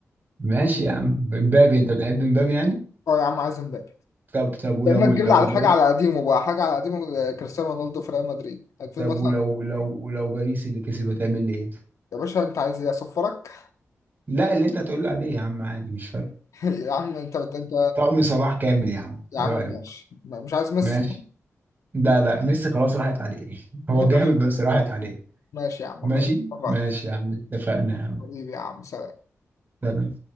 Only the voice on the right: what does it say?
ماشي يا عم امبابي انت بتحب امبابي يعني
طب طب ولو
لو
باريس
طب
ولو لو لو باريس اللي كسب هتعمل لي ايه؟
لا اللي انت هتقول لي عليه يا عم عادي مش فارق
طقم صلاح كامل يا عم
ايه رايك؟
ماشي لا لا ميسي خلاص راحت عليه <laughs> هو
جامد بس راحت عليه
ماشي
ماشي يا عم اتفقنا يا عم
اتفقنا.